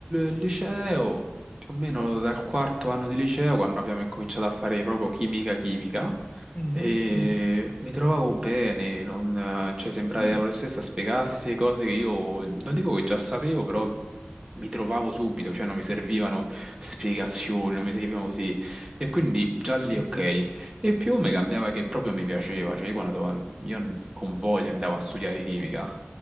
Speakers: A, on the right; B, on the left.
A: liceo, più o meno dal quarto anno di liceo, quando abbiamo incominciato a fare proprio chimica chimica,
B: Mhm,
A: e
B: mhm,
A: mi trovavo bene, non, cioè sembrava
B: mm,
A: che la professoressa spiegasse cose che io non dico che già sapevo, però mi trovavo subito, cioè non mi servivano spiegazioni, non mi servivano così. E quindi già lì
B: ok.
A: ok. E più mi cambiava che proprio mi piaceva, cioè io quando io con voglia andavo a studiare chimica,